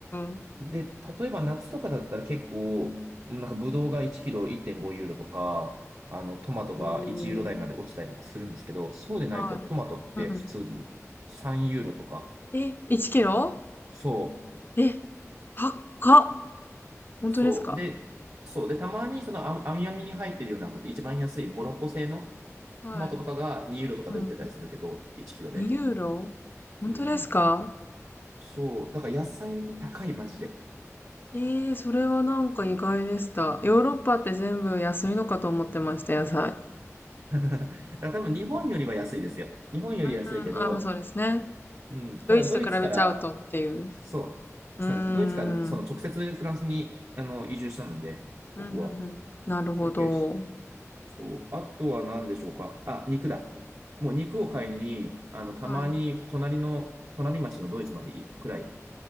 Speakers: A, on the left; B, on the right.
A: ん。
B: で、例えば夏とかだったら結構、なんか、ブドウが1キロ1.5ユーロとか、あの、トマトが1ユーロ台まで落ちたりとかするんですけど、
A: うーん。
B: そうでないとトマトって普通に3ユーロとか。
A: はい。うんうん。え、1キロ
B: そ
A: え、高っ。
B: う、
A: 本当ですか
B: そう。で、そう。で、たまにそのあ網網に入ってるような、一番安いモロッコ製の
A: はい。
B: トマトとかが2ユーロとかで売ってたりするけど、
A: うん。
B: 1キロで。
A: 2ユーロ本当ですか
B: うん。そう。だから野菜が高い、マジで。
A: えー、それはなんか意外でした。ヨーロッパって全部安いのかと思ってました、野菜。
B: <laughs> だから多分日本よりは安いですよ。日本より安いけど、
A: うん、あ、まあそうですね。
B: うん。ただドイツから、
A: ドイツと比べちゃうとっていう。
B: そう、
A: うーん。
B: そうなんです。ドイツからその直接フランスにあの移住したので、
A: うん、うん、
B: 僕は。
A: うん。なるほど。
B: 余計、そう。あとは何でしょうか。あ、肉だ。もう肉を買いに、あの、たまに隣の、
A: はい。
B: 隣町のドイツまで行くくらい